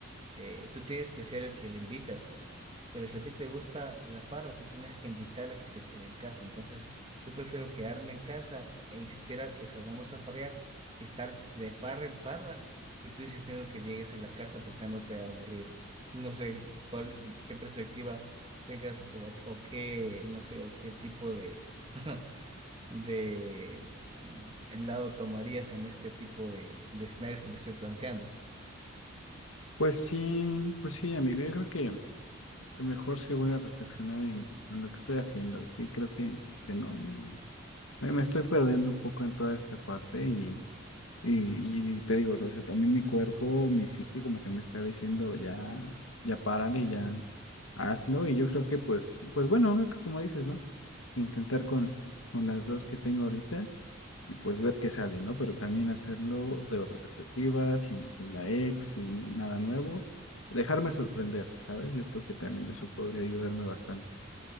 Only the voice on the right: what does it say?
eh, tú tienes que ser el que le invite a salir. Pero si a ti te gusta la farra, tú tienes que invitarla a que se quede en casa. Entonces, yo prefiero quedarme en casa e insistir a que salgamos a farrear que estar de farra en farra y tú insistiendo que llegues en la casa tratándote de aburrido. No sé cuál, qué perspectiva tengas o, o qué, no sé, o qué tipo de, <laughs> de mm, lado tomarías en este tipo de, de escenarios que te estoy planteando.